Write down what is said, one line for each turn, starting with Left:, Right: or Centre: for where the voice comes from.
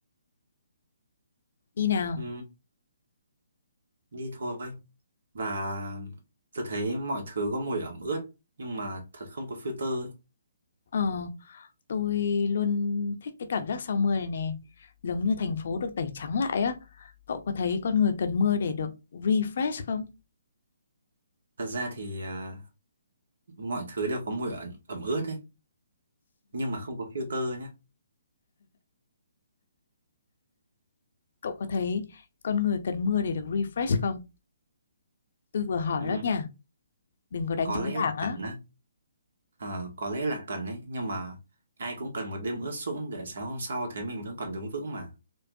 Left: Đi nào.
Right: ừ, đi thôi và tôi thấy mọi thứ có mùi ẩm ướt nhưng mà thật không có filter ấy.
Left: Ờ, tôi luôn thích cái cảm giác sau mưa này nè. Giống như thành phố được tẩy trắng lại á. Cậu có thấy con người cần mưa để được refresh không?
Right: thật ra thì ờ, mọi thứ đều có mùi ẩm, ẩm ướt ấy nhưng mà không có filter nhá
Left: Cậu có thấy con người cần mưa để được refresh không? Tôi vừa hỏi
Right: ừ,
Left: đó nha. Đừng có đánh
Right: có
Left: trống
Right: lẽ
Left: lảng
Right: là
Left: á.
Right: cần á Ờ, có lẽ là cần ấy nhưng mà ai cũng cần một đêm ướt sũng để sáng hôm sau thấy mình vẫn còn đứng vững mà